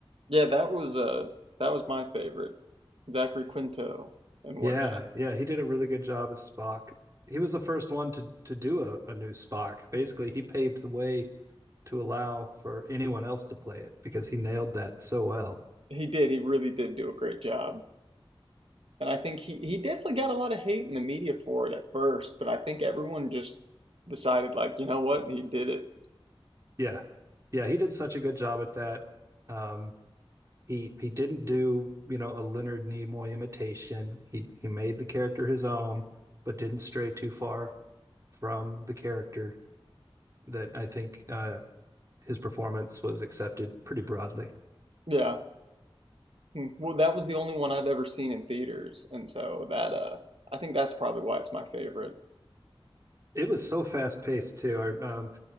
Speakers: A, on the right (about 75°); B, on the right (about 35°).
A: Yeah, that was uh that was my favorite. Zachary Quinto and
B: Yeah,
A: whatnot.
B: yeah, he did a really good job as Spock. He was the first one to to do a, a new Spock. Basically, he paved the way to allow for anyone else to play it because he nailed that so well.
A: He did, he really did do a great job. And I think he, he definitely got a lot of hate in the media for it at first, but I think everyone just decided, like, you know what, he did it.
B: Yeah, yeah, he did such a good job at that. Um, He he didn't do, you know, a Leonard Nimoy imitation. He he made the character his own, but didn't stray too far from the character that I think uh, his performance was accepted pretty broadly.
A: Yeah. Mm, Well, that was the only one I've ever seen in theaters. And so that, uh, I think that's probably why it's my favorite.
B: It was so fast paced too. I, um,